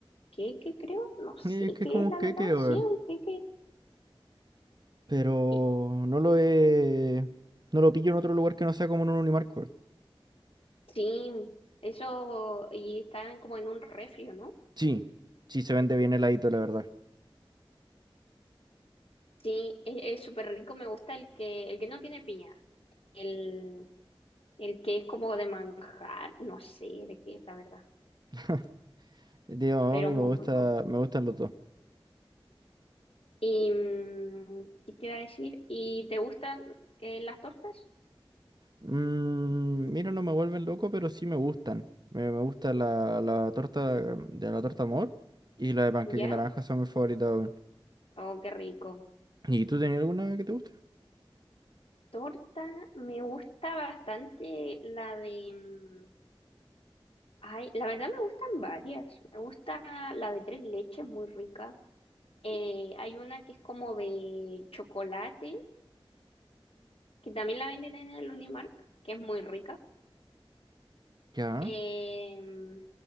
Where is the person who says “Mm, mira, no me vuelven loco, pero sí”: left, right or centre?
Right